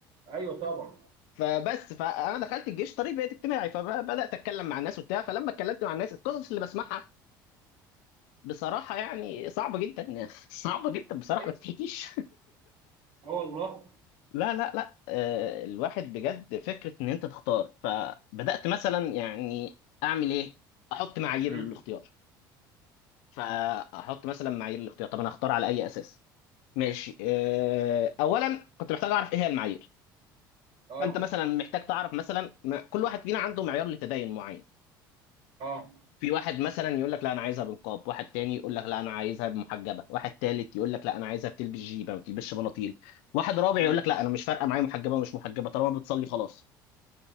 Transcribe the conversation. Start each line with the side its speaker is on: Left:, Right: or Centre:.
Right: ايوه طبعا
Left: فبس فانا دخلت الجيش طريق بقيت اجتماعي فبدات اتكلم مع الناس وبتاع فلما اتكلمت مع الناس القصص اللي بسمعها بصراحه يعني صعبه جدا <laughs> صعبه جدا بصراحه
Right: ايوه
Left: ما تتحكيش
Right: اه والله
Left: لا لا لا آه، الواحد بجد فكرة ان انت تختار فبدأت مثلا يعني اعمل ايه احط معايير
Right: امم
Left: للاختيار فاحط مثلا معايير الاختيار طب انا اختار على اي اساس ماشي آه، اولا كنت محتاج اعرف ايه هي المعايير
Right: اه
Left: فانت مثلا محتاج تعرف مثلا ما- كل واحد فينا عنده معيار لتدين معين
Right: اه
Left: في واحد مثلا يقول لك لا انا عايزها بنقاب واحد تاني يقول لك لا انا عايزها محجبه واحد تالت يقول لك لا انا عايزها بتلبس جيبه ما بتلبسش بناطيل واحد رابع
Right: امم
Left: يقول لك لا انا مش فارقه معايا محجبه ومش محجبه طالما بتصلي خلاص